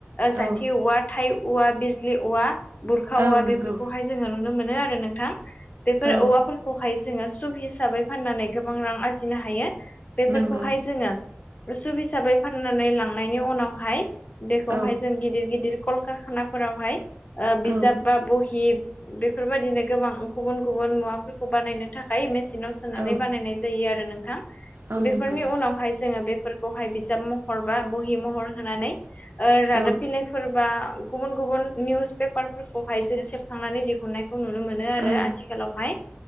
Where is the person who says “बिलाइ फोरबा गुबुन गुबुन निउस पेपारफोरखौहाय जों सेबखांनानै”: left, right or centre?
Left